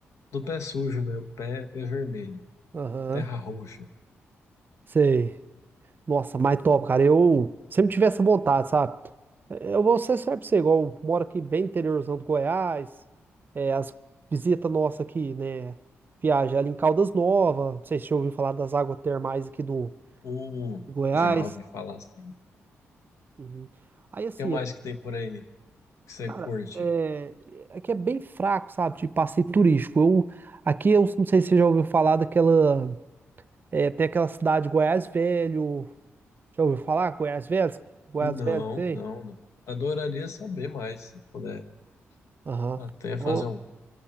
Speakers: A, on the left; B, on the right.
A: do pé sujo mesmo, pé, pé vermelho,
B: Aham.
A: terra roxa.
B: Sei. Nossa, mais top, cara. Eu sempre tive essa vontade, sabe? Eh, Eu vou ser sério pra você, igual eu moro aqui bem interiorzão do Goiás. é, as visitas nossas aqui, né? Viagem ali em Caldas Novas. Não sei se você já ouviu falar das águas termais aqui do,
A: Uh,
B: do Goiás.
A: já ouvi falar assim.
B: Uhum. Aí assim,
A: O que mais que tem por aí que você
B: cara,
A: curte?
B: é, aqui é bem fraco, sabe? De passeio turístico. Eu, aqui eu não sei se você já ouviu falar daquela. é, tem aquela cidade Goiás Velho. Já ouviu falar? Goiás Velho? Goiás
A: Não,
B: Velho tem?
A: não, não. Adoraria saber mais, se puder.
B: Aham.
A: Até
B: É
A: fazer
B: uma,
A: um.